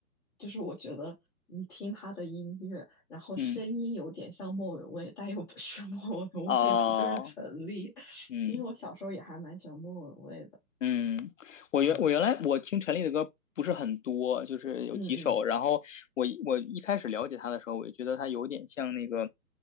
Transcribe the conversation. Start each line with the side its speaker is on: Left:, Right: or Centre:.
Centre: 就是我觉得你听她的音乐，然后声音有点像莫文蔚，
Left: 嗯，
Centre: 但又不是莫文蔚的，
Left: 哦，
Centre: 就是陈粒。<laughs>
Left: 嗯。
Centre: 因为我小时候也还蛮喜欢莫文蔚的。
Left: 嗯，我原我原来我听陈粒的歌不是很多，
Centre: 嗯。
Left: 就是有几首。
Centre: 嗯嗯
Left: 然后我我一开始了解他的时候，我就觉得他有点像那个，